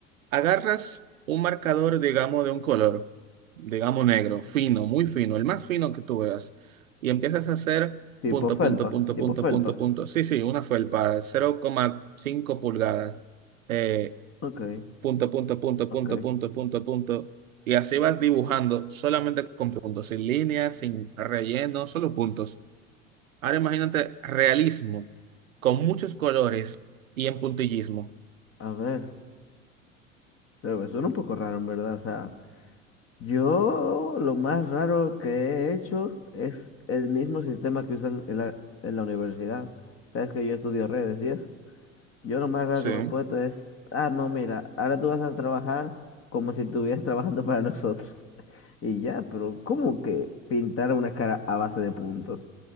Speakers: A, on the right (about 80°); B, on the left (about 35°).
A: Agarras un marcador, digamos, de un color, digamos negro, fino, muy fino, el más fino que tú veas, y empiezas a hacer
B: Tipo
A: punto,
B: felpa,
A: punto, punto,
B: tipo
A: punto,
B: felpa.
A: punto, punto. Sí, sí, una felpa, 0,5 pulgadas, eh,
B: Ok,
A: punto, punto, punto,
B: ok.
A: punto, punto, punto, punto. Y así vas dibujando solamente con puntos, sin líneas, sin relleno, solo puntos. Ahora imagínate realismo, con muchos colores y en puntillismo.
B: A ver, pero me suena un poco raro, en verdad. O sea, yo lo más raro que he hecho es el mismo sistema que usan en la, en la universidad. Sabes que yo estudio redes y eso. Yo lo más raro
A: Sí.
B: que me he puesto es, ah, no, mira, ahora tú vas a trabajar como si estuvieras <laughs> trabajando para nosotros. Y ya, pero ¿cómo que pintar una cara a base de puntos?